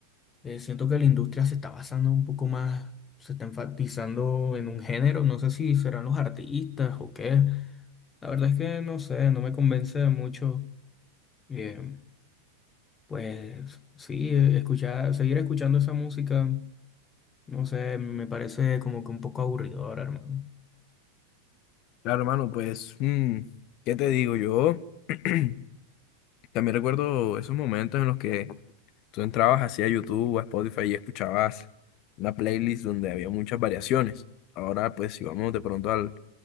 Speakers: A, on the left; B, on the left.
A: eh, siento que la industria se está basando un poco más, se está enfatizando en un género, no sé si serán los artistas o qué, la verdad es que no sé, no me convence mucho. em, pues sí, eh, escuchar, seguir escuchando esa música, no sé, me parece como que un poco aburridora, hermano.
B: Claro, hermano, pues, mm, ¿qué te digo? Yo <clears throat> también recuerdo esos momentos en los que tú entrabas así a YouTube o a Spotify y escuchabas una playlist donde había muchas variaciones. Ahora, pues, si vamos de pronto al-